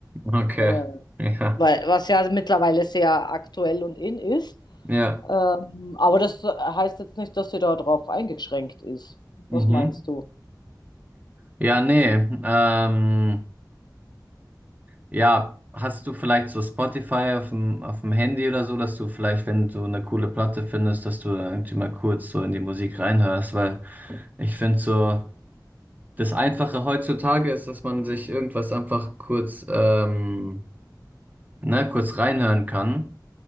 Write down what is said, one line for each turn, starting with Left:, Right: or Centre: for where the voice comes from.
Right: Okay.
Left: Äh,
Right: <laughs> Ja.
Left: weil, was ja mittlerweile sehr aktuell und in ist.
Right: Ja.
Left: Ähm, aber das heißt jetzt nicht, dass sie darauf eingeschränkt ist.
Right: Mhm.
Left: Was meinst du?
Right: Ja, nee. Ähm, ja, hast du vielleicht so Spotify auf dem, auf dem Handy oder so, dass du vielleicht, wenn du eine coole Platte findest, dass du da irgendwie mal kurz so in die Musik reinhörst, weil ich finde so, das Einfache heutzutage ist, dass man sich irgendwas einfach kurz, ähm, ne, kurz reinhören kann.